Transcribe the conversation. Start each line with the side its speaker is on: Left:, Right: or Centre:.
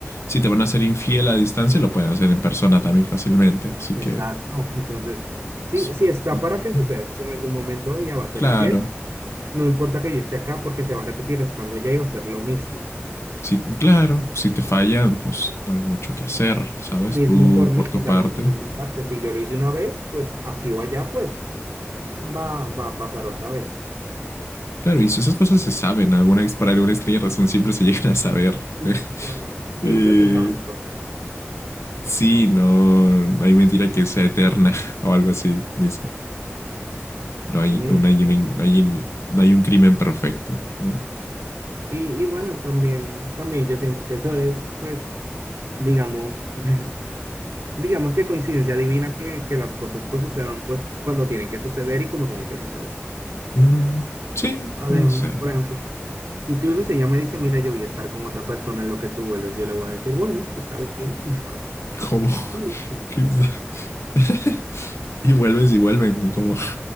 Left: Si te van a hacer infiel a distancia, lo pueden hacer en persona también fácilmente, así
Right: Exacto.
Left: que
Right: Entonces, sí,
Left: s-
Right: sí está
Left: por
Right: para
Left: confiar.
Right: que suceda. Si en algún momento ella va a ser
Left: claro,
Right: infiel, no importa que yo esté acá porque se va a repetir estando allá y va a ser lo mismo.
Left: sí, claro, si te fallan, pues no hay mucho que hacer, ¿sabes?
Right: Lo mismo
Left: Tú
Right: por mí,
Left: por tu
Right: o sea,
Left: parte.
Right: lo mismo en mi parte. Si yo lo hice una vez, pues aquí o allá, pues va, va a pasar otra vez.
Left: Claro, y si esas cosas se saben, alguna ex- para alguna extraña razón siempre se <laughs> llegan a saber.
Right: Y,
Left: <laughs>
Right: o sea, siempre
Left: Eh,
Right: se sabe todo.
Left: sí, no, no hay mentira que sea eterna <laughs> o algo así, dice. No
Right: Sí,
Left: hay, un, hay un,
Right: pero-
Left: no hay, no hay un crimen perfecto. ¿no?
Right: y, y bueno, también, también yo siento que eso es, pues, digamos, <laughs> digamos que coincidencia divina que, que las cosas pues sucedan pues cuando tienen que suceder y como tienen que suceder.
Left: Mm, sí,
Right: Adem,
Left: puede ser.
Right: por ejemplo, incluso si ella me dice, mira, yo voy a estar con otra persona en lo que tú vuelves, yo le voy a decir, bueno, está bien. <laughs>
Left: Como.
Right: Y listo.
Left: <laughs> y vuelves y vuelven. ¿no? Como.